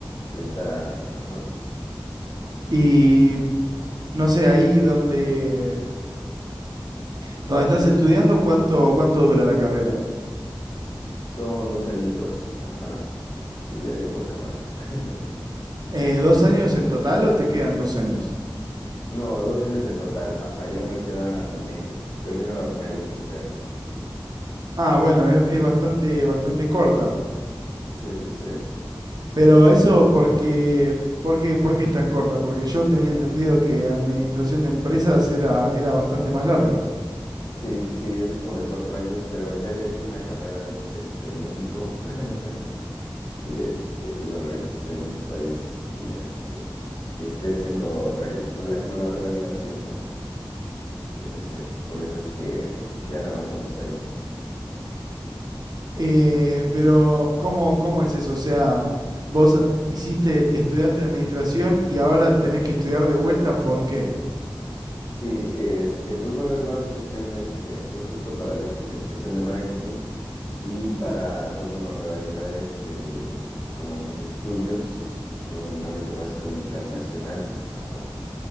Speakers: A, on the left; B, on the right.
A: Ahorita, ajá.
B: Y no sé, ahí donde, donde estás estudiando, ¿cuánto, cuánto dura la carrera?
A: Son dos añitos, ajá. Sí, ya llevo a acabar. <laughs>
B: Eh,
A: Pero
B: ¿dos
A: sí
B: años
A: fue-
B: en total o te quedan dos años?
A: No, dos años en total, ajá. Ya me quedan meses. Termino a finales de este año, así es.
B: Ah, bueno, es, es bastante, bastante corta.
A: Sí, sí, sí.
B: Pero eso porque, ¿por qué, por qué es tan corta? Porque yo tenía entendido que administración de empresas era, era bastante más larga.
A: Sí, sí, sí, es como de cuatro años, pero ya había hecho una carrera en, este, en México. <laughs> Y este, y bueno, ahorita estoy en otro país y este, y estoy haciendo otra, que- pues la, como la revalidación, ¿no? Sí, sí, sí. Por eso es que ya nada más son dos años.
B: Eh, pero, ¿cómo, cómo es eso? O sea, vos hiciste, estudiaste administración y ahora tenés que estudiar de vuelta, ¿por qué?
A: Sí, este, pues bueno, es más cuestión, este, pues justo para la especialización de marketing y para, pues bueno, revalidar este mi, como mis estudios en un ámbito más como internacional. Ajá.